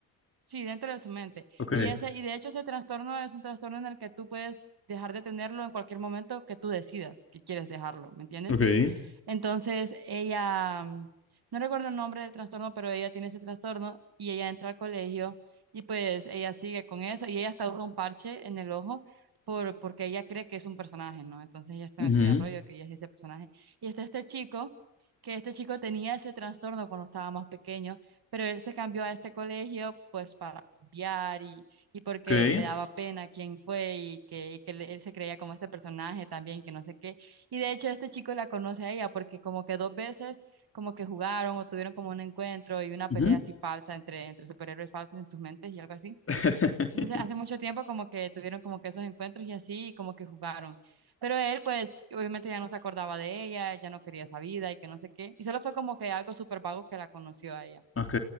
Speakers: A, on the right; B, on the left.
A: sí, dentro de su mente.
B: Ok,
A: Y, ese, y de hecho ese trastorno es un trastorno en el que tú puedes dejar de tenerlo en cualquier momento que tú decidas que quieres dejarlo, ¿me entiendes?
B: ok,
A: Entonces ella, mm, no recuerdo el nombre del trastorno, pero ella tiene ese trastorno y ella entra al colegio y pues ella sigue con eso y ella hasta usa un parche en el ojo por, porque ella cree que es un personaje, ¿no? Entonces ella está
B: Ujú,
A: metida a rollo que ella es ese personaje. Y está este chico, que este chico tenía ese trastorno cuando estaba más pequeño, pero él se cambió a este colegio pues para cambiar y, y porque
B: ok,
A: le daba pena quién fue y que, y que le- él se creía como este personaje también, que no sé qué. Y de hecho este chico la conoce a ella porque como que dos veces como que jugaron o tuvieron como un encuentro y una pelea
B: ujú.
A: así falsa entre, entre superhéroes falsos en sus mentes y algo así.
B: <laughs>
A: Entonces hace mucho tiempo como que tuvieron como que esos encuentros y así y como que jugaron. Pero él pues obviamente ya no se acordaba de ella, ya no quería esa vida y que no sé qué. Y solo fue como que algo súper vago que la conoció a ella.
B: ok,